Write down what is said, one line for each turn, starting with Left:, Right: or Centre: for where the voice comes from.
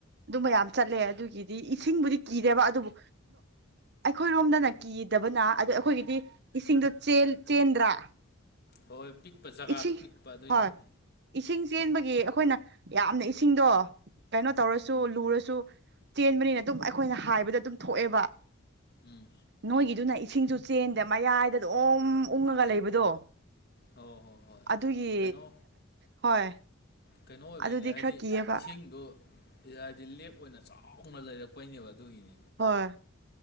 Right: ꯑꯗꯨ ꯃ ꯌꯥꯝ ꯆꯠꯂꯦ ꯑꯗꯨꯒꯤꯗꯤ ꯏꯁꯤꯡꯕꯨꯗꯤ ꯀꯤꯗꯦꯕ ꯑꯗꯨꯕꯨ ꯑꯩꯈꯣꯏꯔꯣꯝꯗꯅ ꯀꯤꯗꯕꯅ ꯑ ꯑꯩꯈꯣꯏꯒꯤꯗꯤ ꯏꯁꯤꯡꯗꯣ ꯆꯦꯟꯗ꯭ꯔꯥ
Left: ꯍꯣꯏꯣꯏ ꯄꯤꯛꯄ ꯖꯒꯥꯗꯣ
Right: ꯏꯁꯤꯡ
Left: ꯄꯤꯛꯄ ꯑꯗꯨꯏꯅꯦ
Right: ꯍꯣꯏ ꯏꯁꯤꯡ ꯆꯦꯟꯕꯒꯤ ꯑꯩꯈꯣꯏꯅ ꯌꯥꯝꯅ ꯏꯁꯤꯡꯗꯣ ꯀꯩꯅꯣ ꯇꯧꯔꯁꯨ
Left: ꯎꯝ
Right: ꯂꯨꯔꯁꯨ ꯆꯦꯟꯕꯅꯤꯅ ꯑꯗꯨꯝ ꯑꯩꯈꯣꯏꯅ ꯍꯥꯏꯕꯗ ꯑꯗꯨꯝ ꯊꯣꯛꯑꯦꯕ
Left: ꯎꯝ
Right: ꯅꯣꯏꯒꯤꯗꯨꯅ ꯏꯁꯤꯡꯁꯨ ꯆꯦꯟꯗ ꯃꯌꯥꯏꯗ ꯑꯗꯨꯝ ꯎꯪꯉꯒ ꯂꯩꯕꯗꯣ
Left: ꯍꯣꯏ ꯍꯣꯏ ꯍꯣꯏ
Right: ꯑꯗꯨꯒꯤ
Left: ꯀꯩꯅꯣ
Right: ꯍꯣꯏ
Left: ꯀꯩꯅꯣ ꯑꯣꯏꯕꯩꯅꯦ
Right: ꯑꯗꯨꯗꯤ
Left: ꯍꯥꯏꯗꯤ
Right: ꯈꯔ ꯀꯤꯌꯦꯕ
Left: ꯏꯁꯤꯡꯗ ꯍꯥꯏꯗꯤ ꯂꯦꯛ ꯑꯣꯏꯅ ꯆꯥꯎ ꯆꯥꯎꯥꯎꯅ ꯂꯩꯔꯛꯄꯩꯅꯦꯕ ꯑꯗꯨꯒꯤꯅꯤ
Right: ꯍꯣꯏ